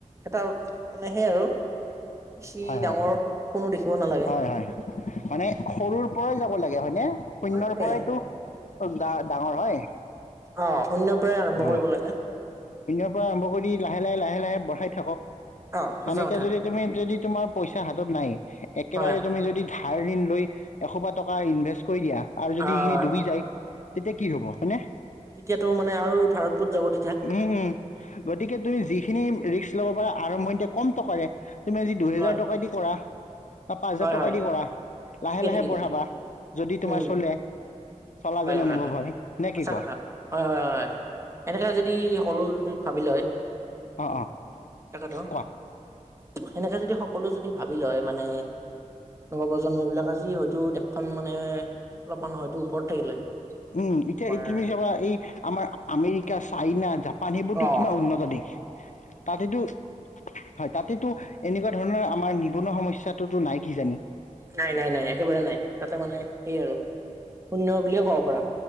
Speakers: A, on the right; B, on the left.
A: এটা মানে সেই আৰু বেছি
B: হয় হয়
A: ডাঙৰ কোনো দেখিব নালাগে।
B: হয় হয় মানে সৰুৰ পৰাই যাব লাগে হয়নে? শূণ্যৰ
A: পৰাই
B: পৰাইতো কোনবা ডাঙৰ হয়।
A: অ, শূন্যৰ পৰাই আৰম্ভ
B: অ
A: কৰিব লাগে।
B: শূন্যৰ পৰা আৰম্ভ কৰি লাহে, লাহে, লাহে, লাহে বঢ়াই থাকক।
A: অ সঁচা
B: মানে, এতিয়া
A: কথা
B: যদি তুমি যদি তোমাৰ পইচা হাতত নাই, একেবাৰে
A: হয়
B: তুমি যদি ধাৰ ঋণ লৈ, এসোপাহ টকা ইনভেষ্ট কৰি দিয়া। আৰু যদি
A: আহ
B: সেখিনি ডুবি যায়। তেতিয়া কি হব? হয়নে।
A: তেতিয়াতো মানে আৰু ধাৰত পোত যাব তেতিয়া
B: উম, উম গতিকে তুমি যিখিনি ৰিস্ক ল'ব পাৰা, আৰম্ভণিতে কম টকাৰে তুমি আজি দুহেজাৰ
A: হয়
B: টকা দি কৰা। বা পাঁচ হাজাৰ
A: হয়
B: টকা
A: হয়
B: দি কৰা। লাহে,
A: ঠিকে
B: লাহে
A: ঠিকে
B: বঢ়াবা।
A: ঠিকে
B: যদি তোমাৰ
A: উম
B: চলে। চলা
A: হয়,
B: যেন
A: হয়,
B: অনুভৱ
A: হয়
B: নে কি
A: সঁচা
B: কোৱা
A: কথা হয়, হয়, হয়। এনেকা যদি সকলো যদি ভাবি লয়।
B: অ, অঁ
A: তাকেতো
B: কোৱা।
A: সেনেকে যদি সকলো যদি ভাবি লয় মানে, নৱপ্ৰজন্ম বিলাক আজি হয়তো দেশখন মানে অলপমান হয়তো ওপৰত থাকিলে।
B: উম, এতিয়া
A: আমাৰ
B: এতিয়া তুমি চাবা এই আমাৰ আমেৰিকা, চাইনা, জাপান সেইবোৰতো
A: অ
B: কিমান উন্নত দেশ। তাতেতো, হয় তাতেতো এনেকুৱা ধৰণৰ আমাৰ নিবনুৱা সমস্যাটোতো নাই কি জানি?
A: নাই, নাই, নাই একেবাৰে নাই। তাতে মানে সেই আৰু শুন্য বুলিয়ে ক'ব পাৰা।